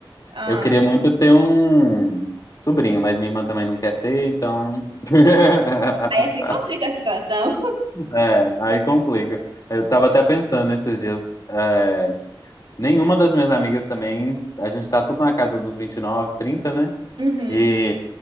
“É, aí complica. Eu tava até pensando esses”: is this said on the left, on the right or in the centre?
Left